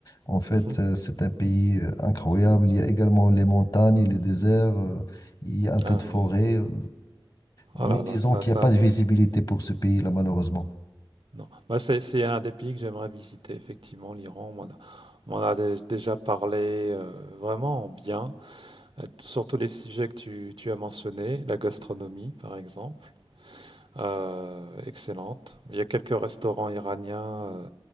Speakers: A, on the left; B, on the right.
A: en fait,
B: Mhm.
A: euh, c'est un pays euh, incroyable. Il y a également les montagnes, les déserts, euh, il y a un peu
B: Ah
A: de forêt,
B: oui.
A: euh, mais
B: Oh là
A: disons
B: là, ça,
A: qu'il
B: ça,
A: n'y a pas de visibilité pour ce pays-là, malheureusement.
B: Non. Moi, c'est c'est un des pays que j'aimerais visiter, effectivement, l'Iran. On m'en a, on m'en a dé- déjà parlé euh, vraiment en bien, euh, sur les sujets que tu, tu as mentionnés, la gastronomie, par exemple, euh, excellente. Il y a quelques restaurants iraniens euh,